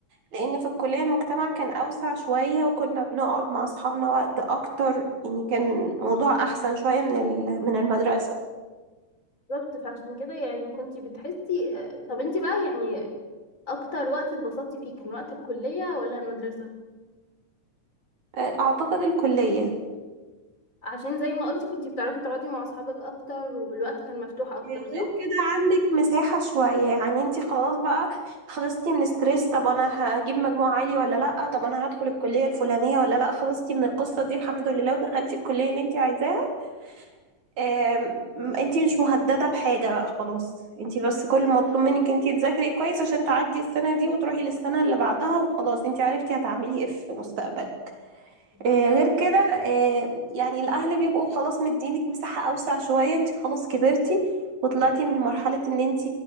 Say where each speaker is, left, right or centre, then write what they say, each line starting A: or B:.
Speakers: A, on the right; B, on the left.
A: لأن في الكلية المجتمع كان أوسع شوية وكنا بنقعد مع أصحابنا وقت أكتر يعني كان موضوع أحسن شوية من ال- من المدرسة
B: بالظبط فعشان كده يعني كنتي بتحسي آه، طب انتي بقى يعني أكتر وقت اتبسطتي فيه كان وقت الكلية ولا المدرسة؟
A: آه، أعتقد الكلية
B: عشان زي ما قلتي كنتي بتعرفي تقعدي مع أصحابك أكتر والوقت كان مفتوح أكتر
A: غير
B: صح؟
A: كده عندك مساحة شوية يعني انتي خلاص بقى خلصتي من ستريس طب أنا هجيب مجموع عالي ولا لأ طب أنا هدخل الكلية الفلانية ولا لأ خلصتي من القصة دي الحمد لله ودخلتي الكلية اللي انتي عايزاها آم، انتي مش مهددة بحاجة بقى خلاص انتي بس كل المطلوب منك انتي تذاكري كويس عشان تعدي السنة دي وتروحي للسنة اللي بعدها وخلاص انتي عرفتي هتعملي ايه في مستقبلك
B: بالظبط
A: آه، غير كده آه، يعني الأهل بيبقوا خلاص مدينك مساحة أوسع شوية انت خلاص كبرتي وطلعتي من مرحلة ان انت